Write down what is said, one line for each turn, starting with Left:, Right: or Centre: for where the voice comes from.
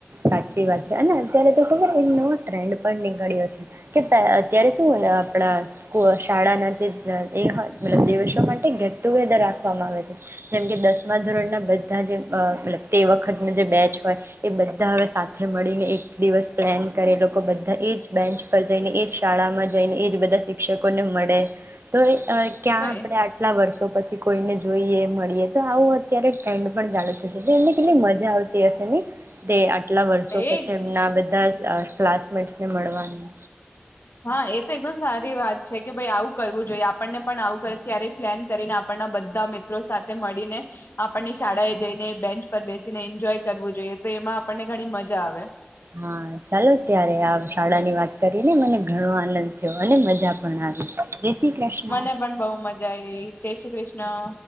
Right: સાચી વાત છે અને અત્યારે તો ખબર નવ ટ્રેન્ડ પણ નીકળ્યો છે કે અત્યારે શું આપણા શાળાના જે દિવસો માટે ગેટ ટુગેધર રાખવામાં આવે છે, જેમ કે દસમા ધોરણના બધા જે તે વખતનો જે બેચ. હોય એ બ સાથે મળીને એક દિવસ પ્લાન કરે લોકો બધા એજ બેન્ચ પર જઈને એજ શાળામાં જઈને એજ બધા શિક્ષકો ને મળે તો અ ક્યાં
Left: હા
Right: આપડણે આટલા વર્ષો પછી કોઈને જોઈએ. મળીએ તો આવું અત્યારે ટ્રેન્ડ પણ ચાલુ એમને કેટલી મજા આવતી હશે નઈ? તે આટલા વર્ષો પછી
Left: એ
Right: એમના બધા ક્લાસમેટ ને મળવાની.
Left: હા એ તો એકદમ સારી વાત છે કે ભાઈ આવું કરવું જોઈએ આપણને પણ આવું ક્યારેક પ્લેન કરીને, આપણના બધા મિત્રો સાથે મળીને આપણને શાળાએ જઈને બેન્ચ પર બેસીને એન્જોય કરવું જોઈએ તો એમાં આપણને ઘણી મજા આવે.
Right: હા ચાલો ત્યારે આ શાળા ની વાત કરીને મને ઘણો આનંદ થયો અને મજા પણ આવી. શ્રી કૃષ્ણ.
Left: મને પણ બહુ મજા આવી જય શ્રી કૃષ્ણ.